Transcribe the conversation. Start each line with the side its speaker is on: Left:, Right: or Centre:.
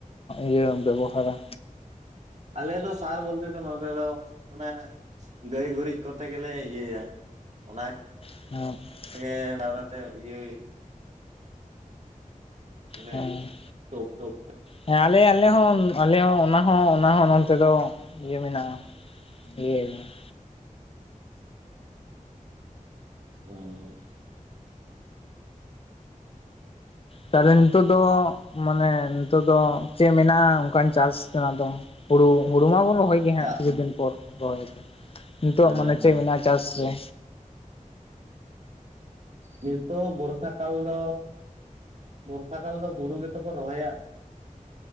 Left: ᱤᱭᱟᱹ ᱵᱮᱵᱚᱦᱟᱨᱟ?
Right: ᱟᱞᱮ ᱫᱚ ᱥᱟᱨ ᱵᱚᱞᱛᱮ ᱛᱚ ᱱᱚᱛᱮ ᱫᱚ, ᱚᱱᱮ ᱜᱟᱹᱭ ᱜᱩᱨᱤᱡ ᱠᱚᱛᱮ ᱜᱮᱞᱮ ᱤᱭᱟᱹᱭᱟ, ᱚᱱᱟ
Left: <inaudible>
Right: <unintelligible> ᱤᱭᱟᱹ ᱪᱮᱞᱮᱭᱟ
Left: ᱦᱮᱸ
Right: ᱴᱳᱯ ᱴᱳᱯ᱾
Left: ᱦᱮᱸ ᱟᱞᱮ ᱟᱞᱮ ᱦᱚᱸ ᱟᱞᱮ ᱦᱚᱸ ᱚᱱᱟ ᱦᱚᱸ ᱚᱱᱟ ᱦᱚᱸ ᱱᱚᱱᱛᱮ ᱫᱚ ᱤᱭᱟᱹ ᱢᱮᱱᱟᱜᱼᱟ᱾ ᱤᱭᱟᱹ
Right: <unintelligible>
Left: ᱛᱟᱦᱚᱞᱮ ᱱᱤᱛᱚᱜ ᱫᱚ ᱢᱟᱱᱮ ᱱᱤᱛᱚᱜ ᱫᱚ ᱪᱮᱫ ᱢᱮᱱᱟᱜ-ᱟ ᱚᱱᱠᱟᱱ ᱪᱟᱥ ᱛᱮᱱᱟᱜ ᱫᱚ? ᱦᱩᱲᱩ ᱦᱩᱲᱩ ᱢᱟᱵᱚᱱ ᱨᱚᱦᱚᱭ ᱜᱮ ᱦᱟᱸᱜ
Right: ᱪᱟᱜ
Left: ᱠᱤᱪᱷᱩ ᱫᱤᱱ ᱯᱚᱨ ᱨᱚᱦᱚᱭ ᱫᱚ ᱱᱤᱛᱚᱜ
Right: ᱦᱮᱸ
Left: ᱢᱟᱱᱮ
Right: ᱦᱮᱸ
Left: ᱪᱮᱫ ᱢᱮᱱᱟᱜ-ᱟ ᱪᱟᱥ ᱨᱮ
Right: ᱱᱤᱛᱚᱜ ᱵᱚᱨᱥᱟ ᱠᱟᱞ ᱫᱚ, ᱵᱚᱨᱥᱟ ᱠᱟᱞ ᱫᱚ ᱦᱩᱲᱩ ᱜᱮᱛᱚ ᱠᱚ ᱨᱚᱦᱚᱭᱟ᱾